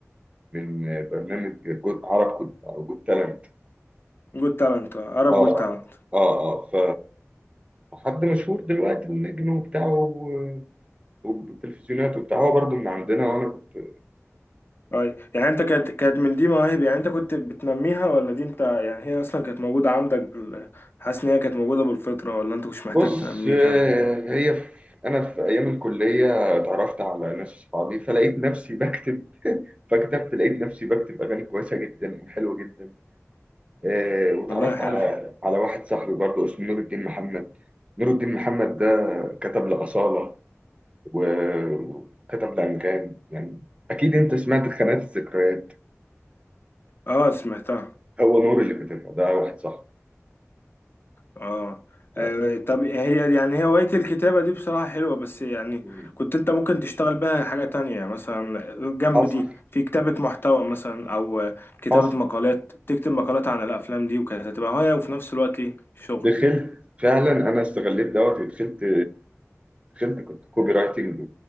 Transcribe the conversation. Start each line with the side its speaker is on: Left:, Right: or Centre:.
Right: من برنامج جزء عرب كود او جود تالنت
Left: جود تالنت عرب
Right: اه
Left: جود تالنت
Right: اه اه ف حد مشهور دلوقتي ونجم وبتاع و- والتلفزيونات وبتاع هو برضو من عندنا وانا كنت
Left: طيب يعني انت كانت كانت من دي مواهب يعني انت كنت بتنميها ولا دي انت يعني هي اصلا كانت موجوده عندك بال... حاسس ان هي كانت موجوده بالفطره ولا انت مش محتاج
Right: بص
Left: تنميها
Right: آه، هي في انا في ايام الكليه اتعرفت على ناس اصحابي فلقيت نفسي بكتب <laughs> فكتبت لقيت نفسي بكتب اغاني كويسه جدا وحلوه جدا آه واتعرفت
Left: والله حلو
Right: على على واحد صاحبي برضه اسمه نور الدين محمد نور الدين محمد ده كتب لأصالة و- وكتب لأنغام يعني أكيد أنت سمعت خانات الذكريات
Left: اه سمعتها
Right: هو نور اللي كتبها ده واحد صح
Left: اه
Right: آه.
Left: آه، طب هي يعني هي هواية الكتابة دي بصراحة حلوة بس يعني
Right: مم.
Left: كنت انت ممكن تشتغل بها حاجة تانية مثلا جنب
Right: حصل
Left: دي في كتابة محتوى مثلا او آه، كتابة
Right: حصل
Left: مقالات تكتب مقالات عن الافلام دي وكانت هتبقى هواية وفي نفس الوقت شغل
Right: دخلت فعلا أنا استغليت دوت ودخلت دخلت كنت كوبي رايتنج